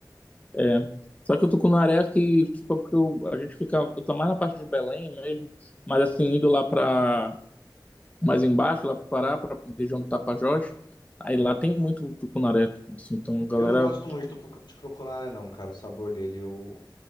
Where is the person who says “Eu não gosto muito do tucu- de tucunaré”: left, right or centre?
Left